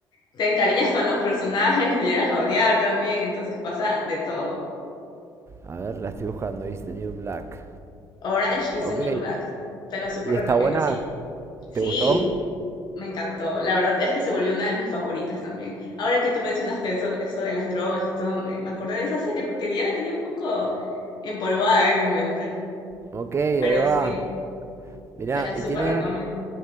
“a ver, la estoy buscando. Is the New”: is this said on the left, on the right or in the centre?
Right